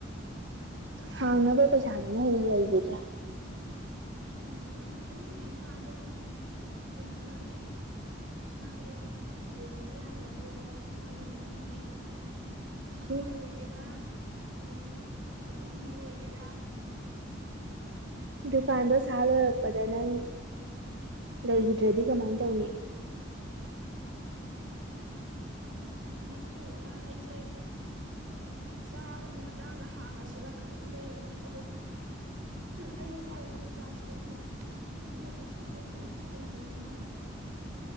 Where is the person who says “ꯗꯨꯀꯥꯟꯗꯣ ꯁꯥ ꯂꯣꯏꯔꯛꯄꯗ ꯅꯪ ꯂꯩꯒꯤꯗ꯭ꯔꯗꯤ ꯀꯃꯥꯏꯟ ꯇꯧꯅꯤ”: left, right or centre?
Right